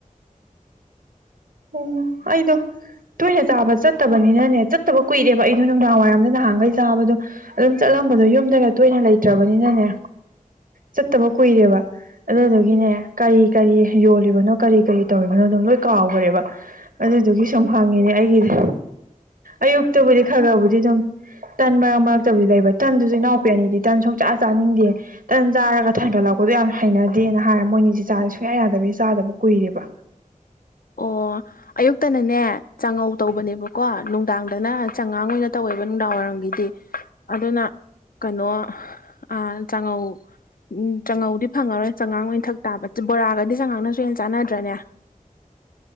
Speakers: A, on the right; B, on the left.
A: ꯄꯨꯡ ꯑꯩꯗꯣ ꯇꯣꯏꯅ ꯆꯥꯕ ꯆꯠꯇꯕꯅꯤꯅꯅꯦ ꯆꯠꯇꯕ ꯀꯨꯏꯔꯦꯕ ꯑꯩꯗꯣ ꯅꯨꯡꯗꯥꯡ ꯋꯥꯏꯔꯝꯗ ꯅꯍꯥꯟꯈꯩ ꯆꯥꯕꯗꯣ ꯑꯗꯨꯝ ꯆꯠꯂꯝꯕꯗꯣ ꯌꯨꯝꯗꯒ ꯇꯣꯏꯅ ꯂꯩ ꯇ꯭ꯔꯕꯅꯤꯅꯅꯦ ꯆꯠꯇꯕ ꯀꯨꯏꯔꯦꯕ ꯑꯗꯨꯗꯨꯒꯤꯅꯦ ꯀꯔꯤ ꯀꯔꯤ ꯌꯣꯜꯂꯤꯕꯅꯣ ꯀꯔꯤ ꯀꯔꯤ ꯇꯧꯔꯤꯕꯅꯣꯗꯣ ꯂꯣꯏ ꯀꯥꯎꯒ꯭ꯔꯦꯕ ꯑꯗꯨꯗꯨꯒꯤ ꯁꯨꯝ ꯍꯪꯉꯤꯅꯦ ꯑꯩꯒꯤꯗꯤ ꯑꯌꯨꯛꯇꯕꯨꯗꯤ ꯈꯔ ꯈꯔꯕꯨꯗꯤ ꯑꯗꯨꯝ ꯇꯟ ꯃꯔꯛ ꯃꯔꯛꯇꯕꯨꯗꯤ ꯂꯩꯕ ꯇꯟꯗꯨꯖꯨ ꯏꯅꯥꯎꯄꯤ ꯑꯅꯤꯗꯤ ꯇꯟ ꯁꯨꯡꯆꯥ ꯆꯥꯅꯤꯡꯗꯦ ꯇꯟ ꯆꯥꯔꯒ ꯊꯟꯒꯠꯂꯛꯄꯗꯣ ꯌꯥꯝ ꯍꯩꯅꯗꯦꯅ ꯍꯥꯏꯔꯦ ꯃꯣꯏꯅꯤꯖꯦ ꯆꯥꯖꯦ ꯁꯨꯡꯌꯥ ꯌꯥꯗꯕꯒꯤ ꯆꯥꯗꯕ ꯀꯨꯏꯔꯦꯕ
B: ꯑꯣ ꯑꯌꯨꯛꯇꯅꯅꯦ ꯉꯧ ꯇꯧꯕꯅꯦꯕꯀꯣ ꯅꯨꯡꯗꯥꯡꯗꯅ ꯆꯉꯥꯡ ꯑꯣꯏꯅ ꯇꯧꯋꯦꯕ ꯅꯨꯡꯗꯥꯡ ꯋꯥꯏꯔꯝꯒꯤꯗꯤ ꯑꯗꯨꯅ ꯀꯩꯅꯣ ꯑ ꯆꯥꯉꯧ ꯎꯝ ꯆꯉꯧꯗꯤ ꯐꯪꯉꯔꯣꯏ ꯆꯉꯥꯡ ꯂ ꯑꯣꯏꯅ ꯊꯛ ꯇꯥꯕ ꯕꯣꯔꯥꯒꯗꯤ ꯆꯉꯥꯡꯅꯁꯨ ꯍꯦꯟ ꯆꯥꯟꯅꯗ꯭ꯔꯅꯦ